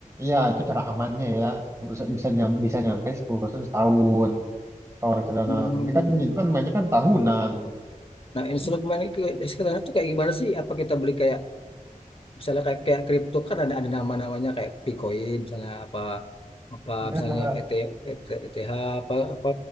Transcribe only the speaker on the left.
Hmm.
Nah, instrumen itu sekarang itu kayak gimana sih? Apa kita beli kayak misalnya kayak kayak kripto kan ada ada nama-namanya kayak Bitcoin misalnya apa apa
misalnya ET, ET, ETH apa apa